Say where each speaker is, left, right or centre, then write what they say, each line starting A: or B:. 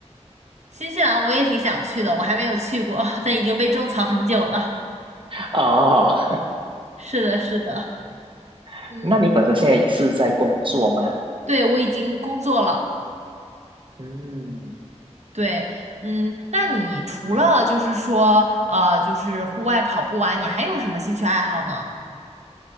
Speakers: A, on the right; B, on the right.
A: 新西兰我也挺想去的，我还没有去过，<laughs> 但已经被种草很久了。
B: 哦，
A: 是的，是的，
B: <laughs>
A: 嗯，
B: 那你本身现在是在工作吗？
A: 对，我已经工作了。
B: 嗯
A: 对，嗯，那你除了就是说，呃，就是户外跑步啊，你还有什么兴趣爱好呢？